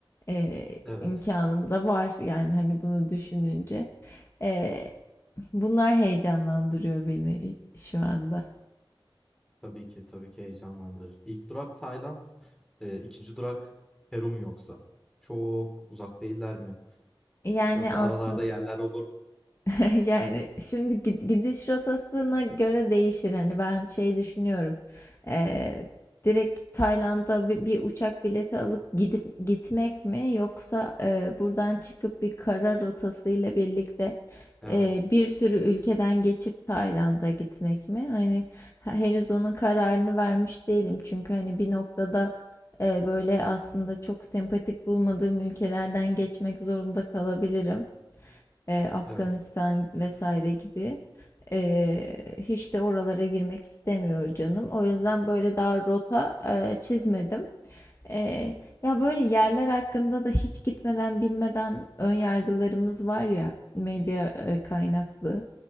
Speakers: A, on the left; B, in the centre.
A: Ee,
B: Evet.
A: imkanım da var yani hani bunu düşününce. Ee, bunlar heyecanlandırıyor beni şu anda.
B: Tabii ki, tabii ki heyecanlandırır. İlk durak Tayland, eee, 2. durak Peru mu yoksa? Çok uzak değiller mi?
A: Yani
B: Yoksa
A: aslında
B: aralarda yerler olur mu?
A: <laughs> Yani şimdi gid- gidiş rotasına göre değişir. Hani ben şey düşünüyorum. Eee, direkt Tayland'a bir, bir uçak bileti alıp gidip gitmek mi yoksa eee, buradan çıkıp bir kara rotasıyla birlikte
B: Evet,
A: eee, bir sürü ülkeden geçip Tayland'a gitmek mi? Hani ha- henüz onun kararını vermiş değilim. Çünkü hani bir noktada eee, böyle aslında çok sempatik bulmadığım ülkelerden geçmek zorunda kalabilirim e, Afganistan
B: evet,
A: vesaire gibi. E, hiç de oralara girmek istemiyor canım. O yüzden böyle daha rota e, çizmedim. E, ya böyle yerler hakkında da hiç gitmeden bilmeden ön yargılarımız var ya medya e, kaynaklı,